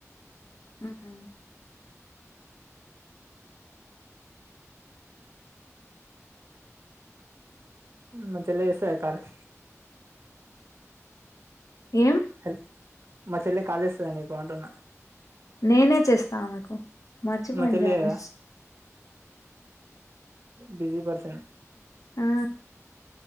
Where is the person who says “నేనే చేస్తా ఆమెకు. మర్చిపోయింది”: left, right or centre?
Left